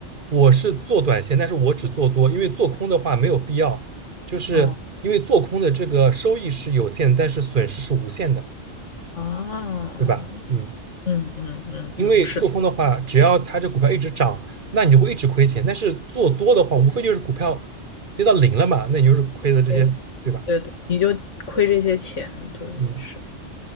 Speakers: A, on the right (about 45°); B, on the left (about 80°).
A: 我是做短线，但是我只做多，因为做空的话没有必要，就是因为做空的这个收益是有限，
B: 哦
A: 但是损失是无限的，
B: 啊，
A: 对吧？嗯，
B: 嗯嗯嗯嗯，
A: 因为做空的话，
B: 是的，
A: 只要它这股票一直涨，那你就会一直亏钱，但是做多的话，无非就是股票跌到零了嘛，那你就是亏的这些，
B: 哎，
A: 对吧？
B: 对对，你就亏这些钱，对，
A: 嗯，
B: 是。